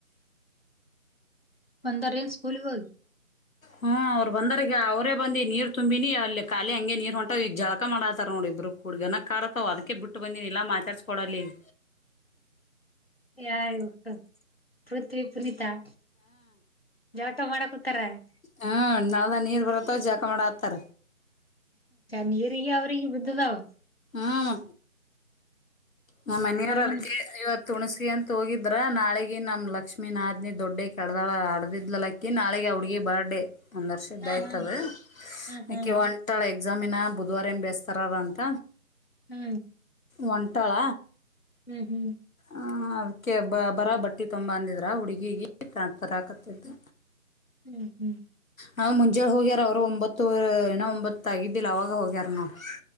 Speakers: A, on the left (about 45°); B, on the left (about 70°).
A: ಒಂದ ರಿಲೀಸ್ ಸ್ಕೂಲಿಗ ಹೋದ.
B: ಹ ಅವರ ಬಂದಾರ ಈಗ ಅವರೇ ಬಂದಿ ನೀರು ತುಂಬಿನಿ ಅಲ್ಲಿ ಖಾಲಿ ಹಂಗೆ ನೀರು ಹೊಂಟ ಈಗ ಜಳಕ ಮಾಡತಾರ ನೋಡ ಇಬ್ಬರು. ಹುಡಗನ ಕಡತಾವ ಅದಕ್ಕೆ ಬಿಟ್ಟು ಬಂದಿನೀ ಇಲ್ಲಾ ಮಾತಾಡಸ ಕೋಡಲ್ಲ ಈಗ
A: ಯಾ ಇದಕ್ಕ ಪೃಥ್ವಿ ಕುನಿತಾಳ ಜಳಕ ಮಾಡ ಕುಂತಾರ, <inaudible>
B: ಹಾ ನಳದಾಗ ನೀರ ಬರತ್ತವ ಜಳಕ ಮಾಡತ್ತಾರ.
A: ನೀರಿಗೆ ಅವ್ರಿಗೆ ಬುದ್ಧ ಅದವ,
B: ಹಾ <inaudible> ನಮ್ಮ ಮನೆಯವರು ಅದಕ್ಕೆ.
A: ಏನು
B: <inaudible> ಇವತ್ತ ಊಣಸತ್ತಿ ಅಂತ ಹೋಗಿದ್ರ ನಾಳಿಗ ನಮ್ಮ ಲಕ್ಷ್ಮಿ ನಾದ್ನಿ ದೊಡ್ಡಕೀ ಹಡದಾಳ ಹಡದಿಲ್ಲ ಆಕಿ ಇನ್ ನಾಳೆಗ ಆ ಹುಡಗಿ ಬರ್ಡೇ ಒಂದ ವರ್ಷದ
A: ಹಾ
B: ಆಯ್ತ
A: ಹಾ
B: ಅದ
A: ಹ್ಮ್
B: ಆಕಿ ಹೊಂಟ ಹೊಂಟಳ ಎಕ್ಸಾಮಿನ ಬುಧವಾರ ಏನ್ ಬೇಸ್ತಾರದ ಅಂತ.
A: ಹೂ
B: ಹೊಂಟಳ?
A: ಹೂ ಹೂ
B: ಆ ಅದಕ್ಕೆ ಬ ಬರ ಬಟ್ಟೆ ತೊಂಬ ಅಂದಿದ್ರ ಆ ಹುಡುಗಿಗೆ ತಾ ತರಾಕತ್ತಿದ್ದೆ.
A: ಹೂ ಹು
B: ಹಾ ಮುಂಜಲೇ ಹೋಗ್ಯಾರ ಅವರು ಒಂಬತ್ತು ಏನೂ ಒಂಬತ್ತ ಆಗಿದ್ದಿಲ್ಲ ಅವಾಗ ಹೋಗ್ಯಾರ ನೋಡ <inaudible>